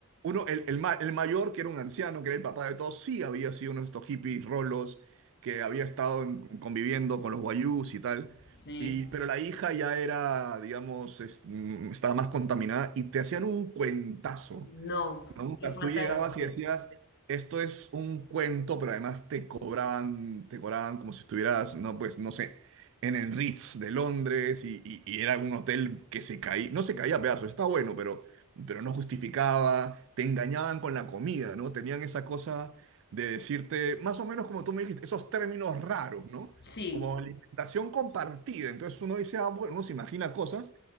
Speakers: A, on the right; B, on the left.
A: Uno, el, el, ma- el mayor, que era un anciano, que era el papá de todos, sí había sido uno de estos hippies rolos que había estado en- conviviendo con los guayús y tal.
B: Sí.
A: Y, pero la hija ya era, digamos, es- mm, estaba más contaminada y te hacían un cuentazo.
B: No.
A: No, o
B: Qué
A: sea,
B: falta
A: tú llegabas
B: de respeto.
A: y decías, esto es un cuento, pero además te cobraban, te cobraban como si estuvieras, no, pues, no sé, en el Ritz de Londres y, y- y era un hotel que se caía, no se caía a pedazos, está bueno, pero, pero no justificaba, te engañaban con la comida, ¿no? Tenían esa cosa de decirte, más o menos como tú me dijiste, esos términos raros, ¿no?
B: Sí.
A: Como alimentación compartida. Entonces uno dice, ah, bueno, uno se imagina cosas.